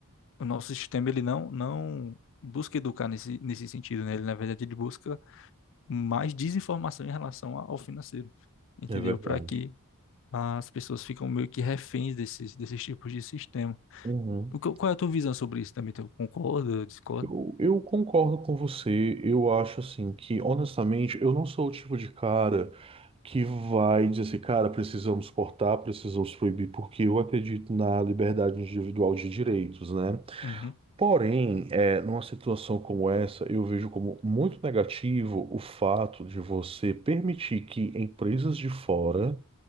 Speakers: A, on the left; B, on the right.
A: o nosso sistema, ele não, não busca educar nesse, nesse sentido, né? Ele, na verdade, ele busca mais desinformação em relação ao financeiro, entendeu?
B: É verdade.
A: Para que as pessoas ficam meio que reféns desses, desses tipos de sistema.
B: Uhum.
A: O que, qual é a tua visão sobre isso também? Tu concorda, discorda?
B: Eu, eu concordo com você. Eu acho assim que, honestamente, eu não sou o tipo de cara que vai dizer assim, cara, precisamos cortar, precisamos proibir, porque eu acredito na liberdade individual de direitos, né?
A: Uhum,
B: Porém, é, numa situação como essa, eu vejo como muito negativo o fato de você permitir que empresas de fora